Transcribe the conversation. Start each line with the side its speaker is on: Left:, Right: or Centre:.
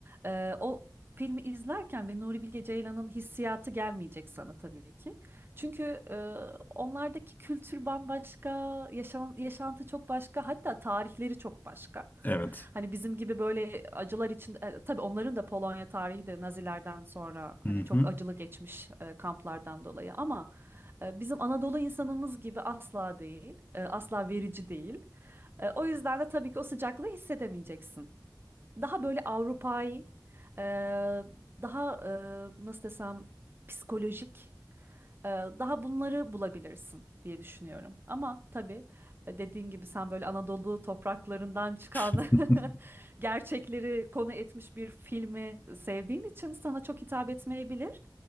Right: Ee, o filmi izlerken bir Nuri Bilge Ceylan'ın hissiyatı gelmeyecek sana tabii ki. Çünkü e, onlardaki kültür bambaşka, yaşan, yaşantı çok başka, hatta tarihleri çok başka.
Left: Evet.
Right: Hani bizim gibi böyle acılar için e, tabii onların da Polonya tarihi de Nazilerden sonra hani
Left: Hı
Right: çok
Left: hı.
Right: acılı geçmiş e, kamplardan dolayı ama e, Bizim Anadolu insanımız gibi asla değil, e, asla verici değil. E, O yüzden de tabii ki o sıcaklığı hissedemeyeceksin. Daha böyle Avrupai, e, daha e, nasıl desem psikolojik, e, daha bunları bulabilirsin diye düşünüyorum. Ama tabii e, dediğin gibi sen böyle Anadolu topraklarından çıkan
Left: <laughs>
Right: <laughs> gerçekleri konu etmiş bir filmi sevdiğin için sana çok hitap etmeyebilir.